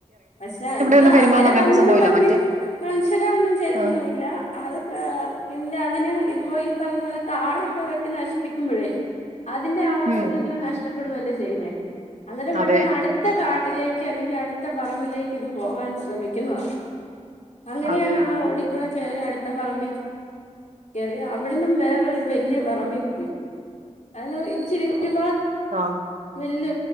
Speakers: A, on the left; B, on the right.
A: പക്ഷെ അന്ന്
B: ഒന്നും പെരുമ്പാമ്പ്
A: അങ്ങനെ
B: അങ്ങനത്തെ
A: വന്നെന്നും
B: സംഭവമില്ല
A: പറഞ്ഞ്
B: മറ്റേ
A: മനുഷ്യരെ ഒന്നും ചെയ്തൊന്നുല്ല
B: ആ,
A: അത് <unintelligible> പിന്നെ അതിന് ഇത്പോ ഈ പറയ്ന്ന പോലെ കാടൊക്കെ വെട്ടി നശിപ്പിക്കുമ്പഴേ അതിന്റെ ആവാസ
B: ഉം
A: കേന്ദ്രം നഷ്ട ഇപ്പഴുതല്ലേ ചെയ്യുന്നേ അന്നേരം പെട്ടെന്ന്
B: അതെ
A: അടുത്ത കാ ട്ടില് ക്ക് അല്ലെങ്കി അടുത്ത പറമ്പിലേക്ക് ഇതു പോകാൻ ശ്രമിക്കുന്നതാ അങ്ങനെയാണ്
B: അതെ
A: ആ റോഡി കൂടെ ചെറിയ അട് ത്ത പറമ്പീ കേറി അവിടന്നും വേറൊരു വല്യ പറമ്പീ പോയി അത് ഇച്ചിരി <unintelligible>
B: ആ
A: വല്യ